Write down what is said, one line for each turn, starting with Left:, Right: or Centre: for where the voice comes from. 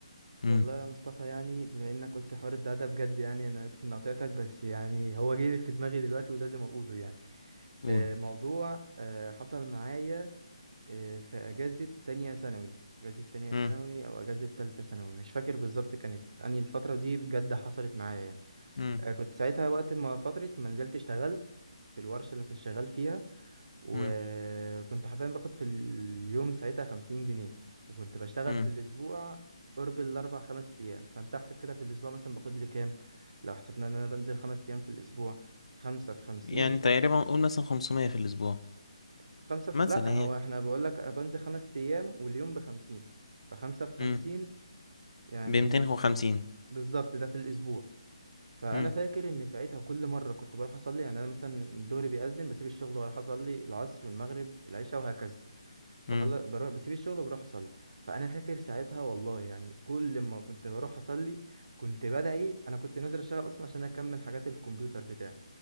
Left: امم
Right: والله يا مصطفى يعني بما انك قلت حوار الدعاء ده بجد يعني انا اسف اني قطعتك بس يعني هو جه في دماغي دلوقتي ولازم اقوله يعني
Left: قول
Right: آه، موضوع آه، حصل معايا آه، في اجازة تانية ثانوي اجازة تانية ثانوي
Left: امم
Right: او اجازة تالتة ثانوي مش فاكر بالظبط كانت اني الفترة دي بجد حصلت معايا يعني
Left: امم
Right: آه، كنت ساعتها وقت ما فترة ما نزلت اشتغلت في الورشة اللي كنت شغال فيها وكنت
Left: امم
Right: حرفيا باخد في اليوم ساعتها خمسين جنيه وكنت بشتغل
Left: امم
Right: في الأسبوع قرب الأربع خمس أيام فأنت أحسب كده في الأسبوع مثلا باخد لي كام لو حسبنا إن أنا بنزل خمس أيام في الأسبوع خمسة في خمسين
Left: يعني تقريبا قول مثلا 500 في الأسبوع
Right: خمسة في
Left: مثلا
Right: لأ
Left: يعني
Right: هو إحنا بقول لك بنزل خمس أيام واليوم بخمسين فخمسة في خمسين
Left: امم
Right: يعني
Left: ب 250
Right: بالظبط ده في الأسبوع فأنا
Left: امم
Right: فاكر إن ساعتها كل مرة كنت بروح أصلي يعني أنا مثلا الظهر بيأذن بسيب الشغل وأروح أصلي العصر المغرب العشاء وهكذا بخلص
Left: امم
Right: بروح بسيب الشغل وبروح اصلي فانا فاكر ساعتها والله يعني كل ما كنت بروح اصلي كنت بدعي انا كنت نازل اشتغل اصلا عشان اكمل حاجات الكمبيوتر بتاعي